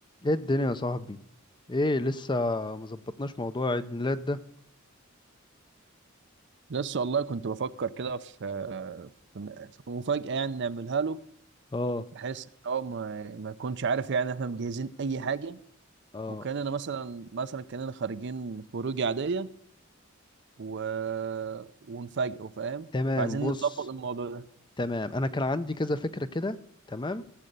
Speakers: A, on the left; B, on the right.
A: ايه الدنيا يا صاحبي ايه لسه مظبطناش موضوع عيد ميلاد ده
B: لسه والله كنت بفكر كده في في في مفاجأة يعني نعملها له
A: اه
B: بحيث ان هو ما ما يكونش عارف يعني احنا مجهزين اي حاجة
A: اه
B: وكاننا مثلا مثلا كاننا خارجين خروج عادية و... ونفاجئه فاهم
A: تمام
B: فعايزين
A: بص
B: نظبط الموضوع ده
A: تمام انا كان عندي كذا فكرة كده تمام